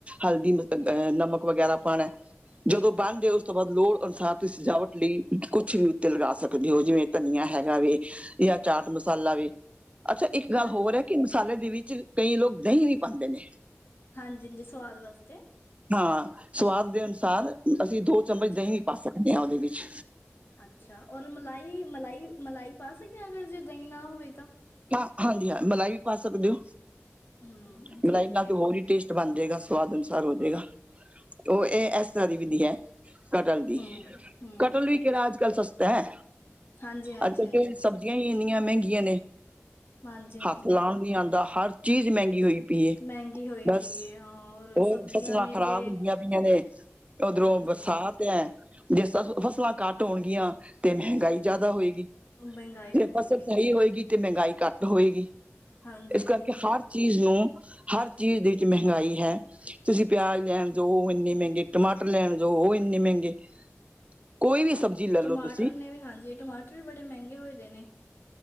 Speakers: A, on the right; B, on the left.
A: ਹਲਦੀ ਮ ਐ ਨਮਕ ਵਗੈਰਾ ਪਾਣੈ ਜਦੋਂ ਬਨ ਡੇ ਓਸ ਤੋਂ ਬਾਦ ਲੋੜ ਅਨੁਸਾਰ ਦੀ ਸਜਾਵਟ ਲੀ ਕੁਛ ਵੀ ਤੇ ਲਗਾ ਸਕਦੇ ਹੋ ਜੇਵੇਂ ਧਨੀਆ ਹੈਗਾ ਵੇ ਜਾਂ ਚਾਟ ਮਸਾਲਾ ਵੇ, ਅੱਛਾ ਈਕ ਗੱਲ
B: ਹਾਂਜੀ
A: ਹੋਰ ਐ ਕੇ ਮਸਾਲੇ ਦੇ ਵਿੱਚ ਕਈ ਲੋਕ ਦਈ ਵੀ ਪਾਦੇ ਨੇ।
B: ਹਾਂਜੀ ਜੀ ਸਵਾਦ ਵਾਸਤੇ।
A: ਹਾਂ ਸਵਾਦ ਦੇ ਅਨੁਸਾਰ
B: ਹਾਂ,
A: ਅਸੀਂ ਦੋ ਚਮਚ
B: ਅੱਛਾ
A: ਦਈ ਵੀ ਪਾ ਸਕਦੇ ਆਂ ਦੇ ਵੀਚ
B: ਅੱਛਾ ਔਰ ਮਲਾਈ-ਮਲਾਈ-ਮਲਾਈ ਪਾ ਸਕਦੇ ਆਂ ਅਗਰ ਜੇ ਦਈ ਨਾ ਹੋਵੇ ਤਾਂ?
A: ਹਾਂ ਹਾਂਜੀ ਹਾਂ ਮਲਾਈ ਵੀ ਪਾ ਸਕਦੇ ਓ,
B: ਹੂੰ
A: ਮਲਾਈ
B: ਠੀਕ
A: ਨਾਲ
B: ਹੈ
A: ਤੇ ਹੋਰ ਈ ਟੇਸਟ ਬਣ ਜੇਗਾ ਸਵਾਦ ਅਨੁਸਾਰ ਹੋ ਜੇਗਾ ਓ ਏ ਐਸ ਤਰਾ ਦੀ ਵਿਧੀ ਐ। ਕਤਲ ਦੀ,
B: ਹੂੰ ਹੂੰ
A: ਕਤਲ ਵੀ ਕਿਹੜਾ ਅੱਜ-ਕੱਲ੍ਹ ਸਸਤਾ ਹੈ।
B: ਹਾਂਜੀ ਹਾਂਜੀ ਹਾਂਜੀ
A: ਅੱਜ-ਕੱਲ ਤੇ ਸਬਜ਼ੀਆਂ ਹੀ ਇੰਨੀਆਂ ਮਹਿੰਗੀਆਂ ਨੇ
B: ਹਾਂਜੀ ਹਾਂਜੀ
A: ਹੱਥ ਲਾਉਣ ਨੀ ਆਉਂਦਾ। ਹਰ ਚੀਜ਼ ਮਹਿੰਗੀ ਹੋਈ ਪੀਏ।
B: ਮਹਿੰਗੀ ਹੋਈ
A: ਬਸ
B: ਪਈ ਹਾਂ ਔਰ
A: ਹੋਰ
B: ਸਬਜ਼ੀਆਂ
A: ਫਸਲਾਂ
B: ਨੇ
A: ਖ਼ਰਾਬ
B: ਤੇ
A: ਹੁੰਦੀਆਂ ਪਈਆਂ ਨੇ ਉਓਧਰੋਂ
B: ਹਾਂਜੀ
A: ਬਰਸਾਤ
B: ਹਾਂਜੀ
A: ਹੈ। ਜੇ ਫਸਲਾਂ ਘੱਟ ਹੋਣਗੀਆਂ ਤੇ ਮਹਿੰਗਾਈ ਜ਼ਿਆਦਾ ਹੋਏਗੀ।
B: ਮਹਿੰਗਾਈ ਵਧੇਗੀ
A: ਤੇ ਫਸਲ ਸਹੀ ਹੋਏਗੀ ਤੇ ਮਹਿੰਗਾਈ ਘੱਟ ਹੋਏਗੀ।
B: ਹਾਂਜੀ
A: ਇਸ
B: ਹਾਂਜੀ
A: ਕਰਕੇ ਹਰ ਚੀਜ਼ ਨੂੰ ਹਰ ਚੀਜ਼ ਦੇ ਵਿੱਚ ਮਹਿੰਗਾਈ ਹੈ। ਤੁਸੀਂ ਪਿਆਜ ਲੈਣ ਜਾਓ, ਉਹ ਇੰਨੇ ਮਹਿੰਗੇ। ਟਮਾਟਰ ਲੈਣ ਜਾਓ, ਉਹ ਇੰਨੇ ਮਹਿੰਗੇ। ਕੋਈ ਵੀ ਸਬਜ਼ੀ ਲੈ
B: ਟਮਾਟਰ
A: ਲਓ ਤੁਸੀਂ
B: ਨੇ ਵੀ ਹਾਂਜੀ, ਟਮਾਟਰ ਵੀ ਬੜੇ ਮਹਿੰਗੇ ਹੋਏ ਦੇ ਨੇ